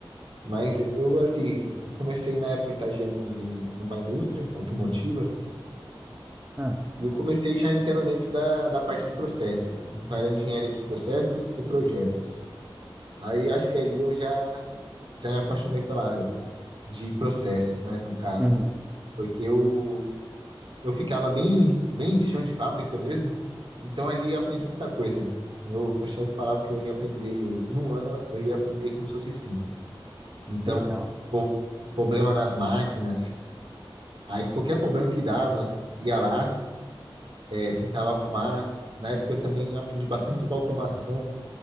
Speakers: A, on the right (about 60°); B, on the right (about 20°).
A: Mas eu, assim, eu comecei na época estagiando de, numa indústria automotiva,
B: uhum. ah,
A: e eu comecei já entrando dentro da, da parte de processos. Então era engenharia de processos e projetos. Aí acho que ali eu já, já me apaixonei pela área de processos, né, no caso.
B: uhum,
A: Porque eu, eu ficava bem, bem chão de fábrica mesmo, então ali eu aprendi muita coisa. Meu, meu chefe falava que eu ia aprender, em um ano eu ia aprender como se fosse cinco. Então,
B: que legal.
A: pô, problema nas máquinas, aí qualquer problema que dava, ia lá, é, tentava arrumar. Na época eu também aprendi bastante sobre automação,